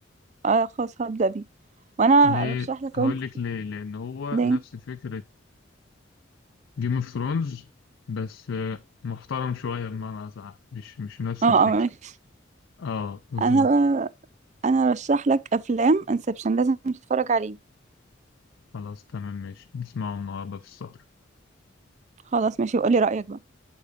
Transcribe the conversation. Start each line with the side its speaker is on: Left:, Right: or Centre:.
Right: اه خلاص هبدأ بيه وانا
Left: ليه
Right: ارشح لك
Left: هقول
Right: انت
Left: لك ليه لان هو
Right: ليه
Left: نفس فكره جيم اوف ثرونز بس آه، محترم شويه بمعنى اصح مش مش نفس
Right: اه
Left: الفكره
Right: اه ماشي
Left: اه بالظبط
Right: انا بقى انا ارشح لك افلام انسبشن لازم تتفرج عليه
Left: خلاص تمام ماشي نسمعه النهارده في السهره
Right: خلاص ماشي وقولي رأيك بقى